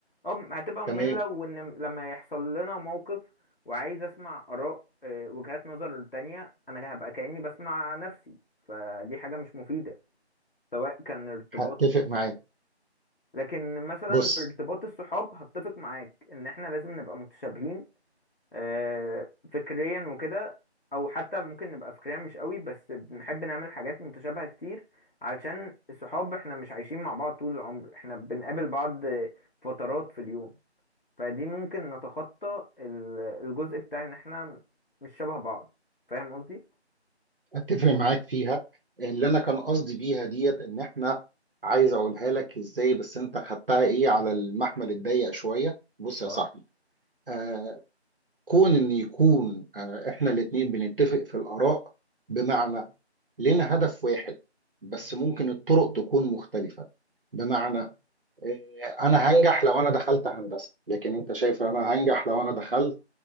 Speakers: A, on the left (about 55°); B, on the right (about 55°).
A: اه هتبقى مملة
B: تمام
A: وان لما يحصل لنا موقف وعايز اسمع آراء آه، وجهات نظر تانية انا هبقى كأني بسمع نفسي فدي حاجة مش مفيدة سواء كان ارتباط
B: هتفق معاك
A: لكن مثلا
B: بص
A: في ارتباط الصحاب هتفق معاك ان احنا لازم نبقى متشابهين آه، فكريا وكده او حتى ممكن نبقى فكريا مش قوي بس بنحب نعمل حاجات متشابهة كتير علشان الصحاب احنا مش عايشين مع بعض طول العمر احنا بنقابل بعض فترات في اليوم فدي ممكن نتخطى ال- الجزء بتاع ان احنا مش شبه بعض فاهم قصدي؟
B: اتفق معاك فيها اللي انا كان قصدي بيها ديت ان احنا عايز اقولها لك ازاي بس انت خدتها ايه على المحمل الضيق شويه بص يا
A: اه
B: صاحبي آه كون ان يكون آه احنا الاتنين بنتفق في الاراء بمعنى لنا هدف واحد بس ممكن الطرق تكون مختلفه بمعنى آه انا هنجح لو انا دخلت هندسه لكن انت شايف انا هنجح لو انا دخلت